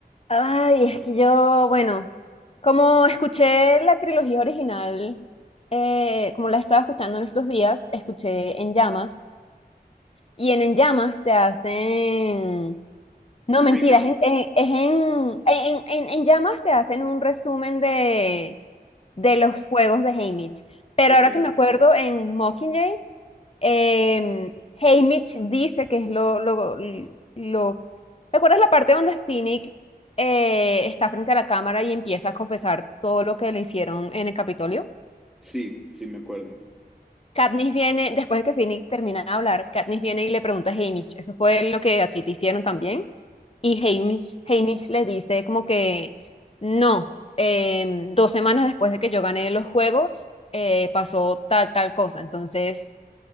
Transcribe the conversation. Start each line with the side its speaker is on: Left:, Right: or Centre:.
Left: Ay, es que yo, bueno, como escuché la trilogía original, eh, como la estaba escuchando en estos días, escuché En Llamas, y en En Llamas te hacen, no, mentira,
Centre: Un recap,
Left: es en, en- es en, en, en- en Llamas te hacen un resumen de, de los juegos de Haymitch, pero
Centre: ok.
Left: ahora que me acuerdo, en Mockingjay Em, Haymitch dice que es lo, lo, lo... ¿Te acuerdas la parte donde Finnick eh, está frente a la cámara y empieza a confesar todo lo que le hicieron en el Capitolio?
Centre: Sí, sí, me acuerdo.
Left: Katniss viene, después de que Finnick termina de hablar, Katniss viene y le pregunta a Haymitch, ¿eso fue lo que a ti te hicieron también? Y Haymitch, Haymitch le dice como que no, em, dos semanas después de que yo gané los juegos, eh, pasó tal, tal cosa. Entonces...